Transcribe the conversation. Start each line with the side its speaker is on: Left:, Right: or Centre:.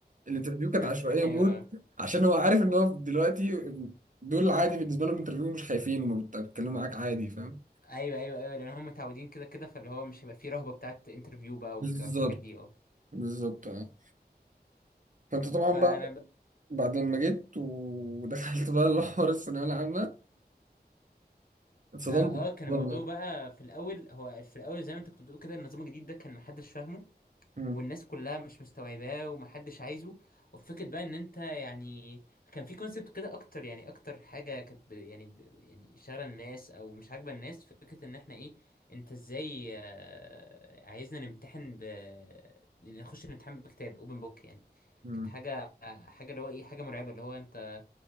Right: الانترفيو كانت
Left: ايوه
Right: عشوائيه
Left: ايوه
Right: موت عشان هو عارف ان هو دلوقتي دول عادي بالنسبه لهم انترفيو مش خايفين وما بت- بيتكلموا معاك عادي فاهم
Left: ايوه ايوه لان هم متعودين كده كده فاللي هو مش هيبقى فيه رهبة بتاعت انترفيو بقى
Right: بالظبط
Left: والك- والحاجات دي اه
Right: بالظبط اه فانت طبعا
Left: فانا
Right: بقى بعد لما جيت ودخلت بقى الحوار الثانويه العامه اتصدمت
Left: اه آه، كان
Right: بالنظام
Left: الموضوع
Right: اه.
Left: بقى في الاول هو في الاول زي ما انت كنت بتقول كده النظام الجديد ده كان محدش فاهمه
Right: مم.
Left: والناس كلها مش مستوعباه ومحدش عايزه وفكرة بقى ان انت يعني كان في كونسبت كده اكتر يعني اكتر حاجة كانت ب- يعني ب- يعني شاغلة الناس او مش عاجبة الناس فكرة ان احنا ايه انت ازاي آه، عايزنا نمتحن ب نخش الامتحان بكتاب اوبن بوك يعني
Right: مم.
Left: كانت حاجة حاجة اللي هو ايه حاجة مرعبة اللي هو انت